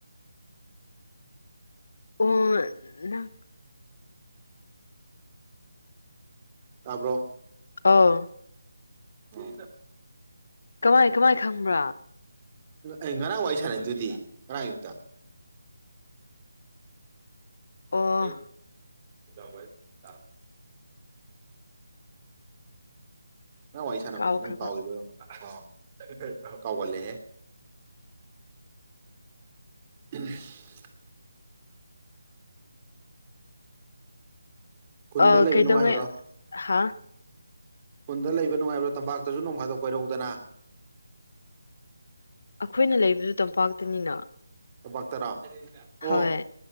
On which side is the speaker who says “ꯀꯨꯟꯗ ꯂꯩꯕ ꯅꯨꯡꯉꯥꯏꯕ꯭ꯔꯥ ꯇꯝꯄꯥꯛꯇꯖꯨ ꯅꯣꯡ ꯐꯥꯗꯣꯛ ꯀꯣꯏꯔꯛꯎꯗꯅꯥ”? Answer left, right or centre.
Right